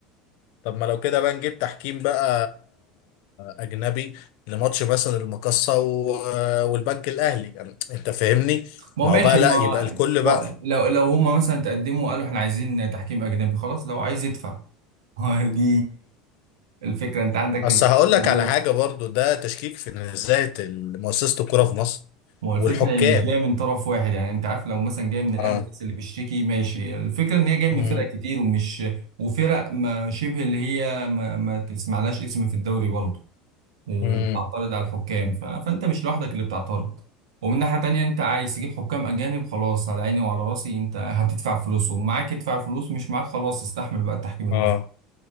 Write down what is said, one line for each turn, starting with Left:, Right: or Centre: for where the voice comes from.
Left: طب ما لو كده بقى نجيب تحكيم بقى اجنبي لماتش مثلا المقصه و... والبنك الاهلي يعني انت فاهمني
Right: ما
Left: ما
Right: ماشي
Left: هو بقى لا
Right: ما,
Left: يبقى الكل
Right: ما
Left: بقى
Right: لو لو هما مثلا تقدموا قالوا احنا عايزين تحكيم اجنبي خلاص لو عايز يدفع <laughs> دي الفكره انت عندك
Left: اصل
Right: ال-
Left: هقول
Right: بقول
Left: لك على
Right: لك
Left: حاجه برضو ده تشكيك في نزاهه مؤسسه الكوره في مصر
Right: ما هو الفكره
Left: والحكام
Right: هي مش جايه من طرف واحد يعني انت عارف لو مثلا جايه من الاهلي
Left: اه
Right: بس اللي بيشتكي ماشي الفكره ان هي جايه من
Left: مم.
Right: فرق كتير ومش وفرق ما شبه اللي هي ما, ما تسمعلهاش اسم في الدوري برضه
Left: مم.
Right: بتعترض على الحكام ف... فانت مش لوحدك اللي بتعترض ومن ناحية تانية انت عايز تجيب حكام اجانب خلاص على عيني وعلى راسي انت هتدفع فلوسهم معاك ادفع فلوس مش معاك خلاص استحمل بقى التحكيم المصري
Left: اه